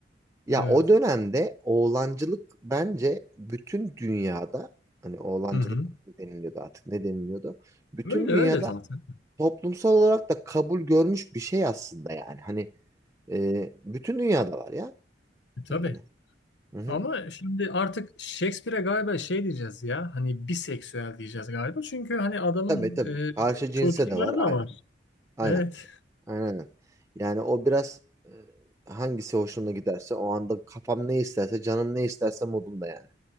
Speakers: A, on the right (about 15°); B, on the left (about 85°).
A: Ya
B: Evet.
A: o dönemde oğlancılık bence bütün dünyada hani oğlancılık
B: Hı hı.
A: mı deniliyordu artık ne deniliyordu? Bütün
B: Öyle
A: dünyada
B: öyle zaten.
A: toplumsal olarak da kabul görmüş bir şey aslında yani. Hani e, bütün dünyada var ya
B: E, Tabii.
A: yani. Hı hı.
B: Ama şimdi artık Shakespeare'e galiba şey diyeceğiz ya hani biseksüel diyeceğiz galiba. Çünkü hani adamın
A: Tabii tabii.
B: e,
A: Karşı cinse
B: çocukları
A: de var
B: da
A: aynen. Aynen.
B: Evet.
A: Aynen. Yani o biraz e, hangisi hoşuna giderse o anda kafam ne isterse canım ne isterse modumda yani.